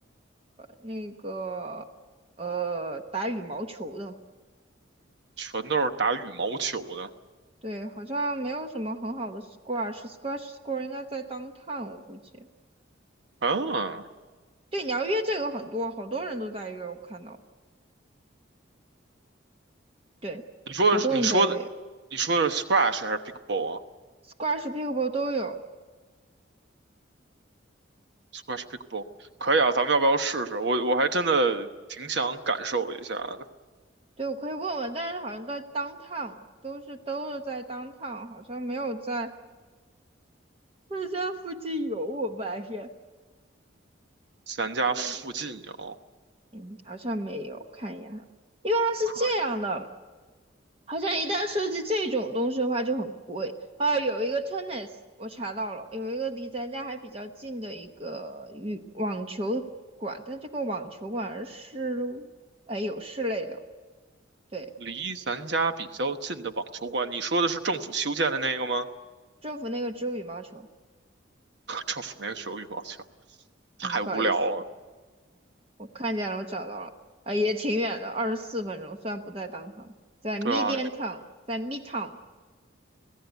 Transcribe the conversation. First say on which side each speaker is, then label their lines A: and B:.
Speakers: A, on the right (about 30°); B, on the right (about 60°).
A: 那个呃打羽毛球的，
B: 全都是打羽毛球的。
A: 对，好像没有什么很好的 squash，squash s c o r e 应该在 downtown 我估计。
B: 嗯，
A: 对，你要约这个很多，好多人都在约，我看到，对，
B: 你说的是你说的你说的是
A: 好多人在约
B: squash 还是 pickleball 啊
A: ，squash、pickleball 都有。
B: ？squash pickleball 可以啊，咱们要不要试试？我我还真的挺想感受一下的。
A: 对，我可以问问，但是好像在 downtown 都是都是在 downtown，好像没有在在家附近有，我发现，
B: 咱家附近有
A: 嗯嗯，好像没有，看一眼哈。因为它是这样的，
B: 可以
A: 好像一旦涉及这种东西的话就很贵。啊，有一个 tennis，我查到了，有一个离咱家还比较近的一个羽网球馆，但这个网球馆是哎有室内的，对，
B: 离咱家比较近的网球馆，你说的是政府修建的那个吗？
A: 政府那个只有羽毛球。
B: <laughs> 政府那个手羽毛球太无聊了。
A: 嗯，不好意思，我看见了，我找到了，啊，也挺远的，二十四分钟，虽然不在 downtown，在
B: 对啊，
A: Midtown，在 Midtown，